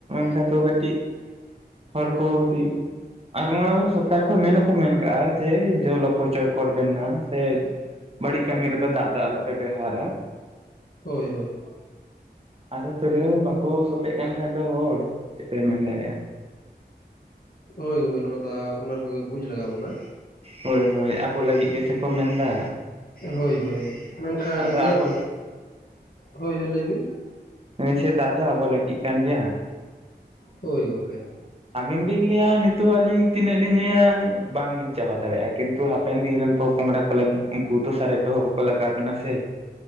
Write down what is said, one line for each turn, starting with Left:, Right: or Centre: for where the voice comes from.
Right: ᱠᱷᱟᱱ ᱫᱚ ᱠᱟᱹᱴᱤᱡ ᱦᱚᱲ ᱠᱚ ᱠᱟᱹᱴᱤᱡ ᱟᱨ ᱱᱚᱣᱟ ᱥᱚᱨᱠᱟᱨ ᱠᱷᱚᱱ ᱢᱮᱱ ᱦᱚᱸᱠᱚ ᱢᱮᱱ ᱠᱟᱜᱼᱟ, ᱡᱮ ᱡᱚᱞ ᱚᱯᱚᱪᱚᱭ ᱠᱚᱨᱵᱮᱱ ᱱᱟ ᱥᱮ ᱵᱟᱹᱲᱤᱡ ᱠᱟᱹᱢᱤ ᱨᱮ ᱫᱚ ᱫᱟᱜ ᱫᱚ ᱟᱞᱚᱯᱮ ᱵᱮᱵᱽᱦᱟᱨᱟ᱾
Left: ᱦᱳᱭ ᱦᱳᱭ ᱾
Right: ᱟᱫᱚ ᱛᱩᱞᱟᱹᱣ ᱵᱟᱠᱚ ᱥᱩᱛᱮᱜ ᱠᱟᱱ ᱠᱷᱟᱡ ᱫᱚ ᱦᱚᱲ ᱪᱮᱫ ᱯᱮ ᱢᱮᱱ ᱫᱟᱲᱮᱭᱟᱜᱼᱟ᱾
Left: ᱦᱳᱭ ᱜᱚᱝᱠᱮ ᱱᱚᱣᱟ ᱫᱚ ᱟᱯᱱᱟᱨ ᱠᱚᱜᱮ ᱵᱩᱡᱽ ᱞᱟᱜᱟᱣ ᱵᱚᱱᱟ᱾
Right: ᱦᱳᱭ ᱦᱳᱭ ᱟᱵᱚ ᱞᱟᱹᱜᱤᱫ ᱜᱮᱥᱮ ᱠᱚ ᱢᱮᱱ ᱫᱟ᱾
Left: ᱦᱳᱭ ᱦᱳᱭ ᱾ ᱢᱮᱱᱠᱷᱟᱱ ᱤᱧᱟᱹᱜ
Right: ᱟᱵᱚ
Left: ᱦᱳᱭ ᱦᱳᱭ ᱞᱟᱹᱭ ᱵᱤᱱ
Right: <unintelligible> ᱫᱟᱜ ᱫᱚ ᱟᱵᱚ ᱞᱟᱹᱜᱤᱫ ᱠᱟᱱ ᱜᱮᱭᱟ᱾
Left: ᱦᱳᱭ ᱜᱚᱝᱠᱮ ᱾
Right: ᱟᱵᱮᱱ ᱵᱮᱱ ᱞᱟᱹᱭᱟ ᱱᱤᱛᱚᱜ ᱟᱹᱞᱤᱧ ᱛᱤᱱᱟᱹᱜ ᱞᱤᱧ ᱧᱩᱭᱟ, ᱵᱟᱝᱞᱤᱧ ᱪᱟᱵᱟ ᱫᱟᱲᱮᱭᱟᱜᱼᱟ ᱠᱤᱱᱛᱩ ᱛᱚ ᱦᱟᱯᱮᱱ ᱫᱤᱱ ᱨᱮᱱ ᱯᱚᱼᱯᱚᱸᱜᱲᱟ ᱠᱚ ᱞᱟᱹᱜᱤᱫ ᱩᱱᱠᱩ ᱛᱚ ᱥᱟᱨᱮᱡ ᱫᱚ ᱩᱯᱟᱹᱭ ᱞᱟᱜᱟᱣ ᱟᱵᱮᱱᱟ ᱥᱮ?